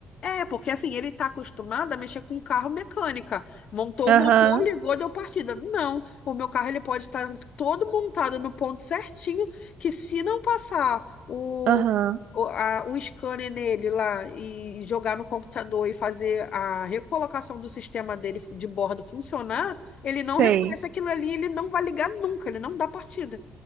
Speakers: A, on the left; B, on the right.
A: É, porque assim, ele tá acostumado a mexer com carro mecânica. Montou
B: Aham,
A: o motor, ligou, deu partida. Não, o meu carro ele pode estar todo montado no ponto certinho, que se não passar o,
B: aham,
A: o, a- o scanner nele lá e jogar no computador e fazer a recolocação do sistema dele de bordo funcionar, ele não
B: sei.
A: reconhece aquilo ali, ele não vai ligar nunca, ele não dá partida.